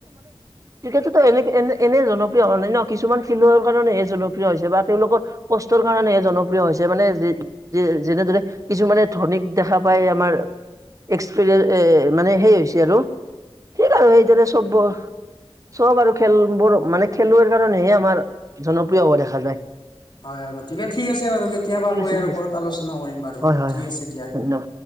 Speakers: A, on the right (about 35°); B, on the left (about 50°).
A: ক্ৰিকেটটোত এনেকে এনে এনে জন- প্ৰিয় হোৱা নাই ন। কিছুমান চিলোৱাৰ কাৰণেহে জনপ্ৰিয় হৈছে বা তেওঁলোকৰ কষ্টৰ কাৰণেহে জনপ্ৰিয় হৈছে মানে যে ই- যে যেনেদৰে কিছুমানে ধনিক দেখা পায় আমাৰ এক্সপেৰিয়ে এ মানে সেই হৈছে আৰু ঠিক আৰু সেইদৰে চব চব আৰু খেলবোৰ মানে খেলুৱৈৰ কাৰণেহে আমাৰ জনপ্ৰিয় হোৱা দেখা যায়।
B: হয় হয় ঠিক আছে বাৰু কেতিয়াবা
A: ঠিক
B: আকৌ
A: আছে
B: ইয়াৰ
A: ঠিক
B: ওপৰত
A: আছে
B: আলোচনা কৰিম বাৰু
A: হয় হয়
B: ঠিক
A: হয়
B: আছে দিয়া।
A: ধন্যবাদ